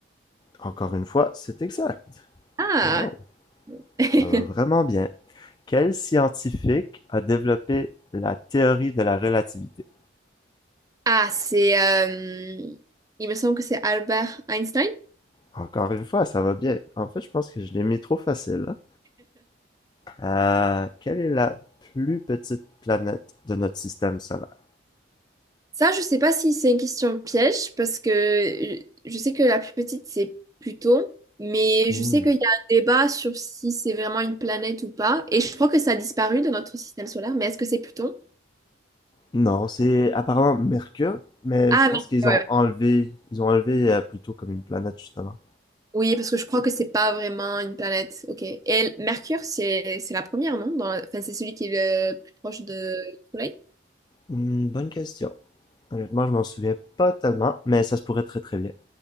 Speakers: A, on the left; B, on the right.
A: Encore une fois, c'est exact.
B: Ah,
A: Wow.
B: <laughs>
A: Ça va vraiment bien. Quel scientifique a développé la théorie de la relativité?
B: ah, c'est, euh, il me semble que c'est Albert Einstein.
A: Encore une fois, ça va bien. En fait, je pense que je l'ai mis trop facile. hein. Euh, quelle est la plus petite planète de notre système solaire?
B: Ça, je sais pas si c'est une question piège, parce que je je sais que la plus petite, c'est Pluton, mais
A: Hmm.
B: je sais qu'il y a un débat sur si c'est vraiment une planète ou pas, et je crois que ça a disparu de notre système solaire, mais est-ce que c'est Pluton?
A: Non, c'est apparemment Mercure, mais
B: Ah,
A: je pense
B: mais
A: qu'ils ont
B: ouais.
A: enlevé, ils ont enlevé euh, plutôt comme une planète, justement.
B: Oui, parce que je crois que c'est pas vraiment une planète. Ok. Et l- Mercure, c'est c'est la première, non? Dans la- Enfin, c'est celui qui est le plus proche de- du Soleil.
A: Hmm, bonne question. Honnêtement, je m'en souviens pas tellement, mais ça se pourrait très très bien.